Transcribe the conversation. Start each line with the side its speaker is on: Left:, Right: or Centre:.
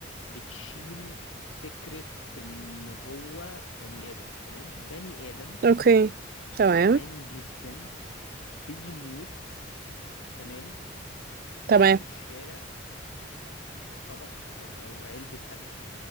Left: بتشيل فكره ان هو بني ادم تمام بني ادم
Right: اوكي
Left: جعان
Right: تمام
Left: جدا بيموت تمام لقى
Right: تمام
Left: في الشارع طبق أو أو علبة أكل